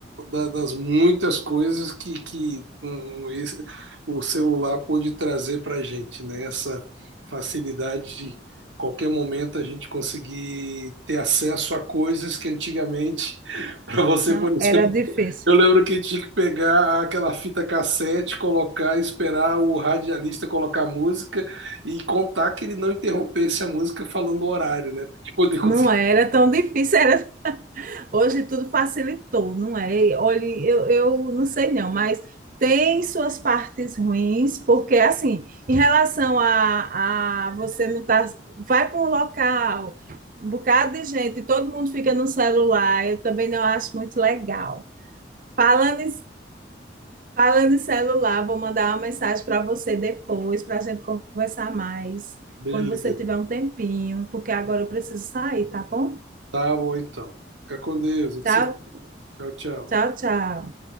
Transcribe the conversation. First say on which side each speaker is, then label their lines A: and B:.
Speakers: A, on the right; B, on the right.
A: da- das muitas coisas que, que hum, esse- o celular pôde trazer para a gente, né? Essa facilidade de qualquer momento a gente conseguir ter acesso a coisas que antigamente, <laughs> para você,
B: Não,
A: por exemplo,
B: era difícil.
A: eu lembro que tinha que pegar aquela fita cassete, colocar, esperar o radialista colocar a música e contar que ele não interrompesse a música falando o horário, né? Pra gente poder conseguir.
B: Não era tão difícil, era... <laughs> Hoje tudo facilitou, não é? E, Olha, eu, eu não sei não, mas tem suas partes ruins, porque assim, em relação a, a você não tá... Vai para um local, um bocado de gente, todo mundo fica no celular, eu também não acho muito legal. Falando em Falando em celular, vou mandar uma mensagem para você depois, para a gente conversar mais,
A: Beleza.
B: quando você tiver um tempinho, porque agora eu preciso sair, tá bom?
A: Tá bom, então. Fica com Deus. A gente
B: Tchau,
A: se... Tchau, tchau.
B: tchau, tchau.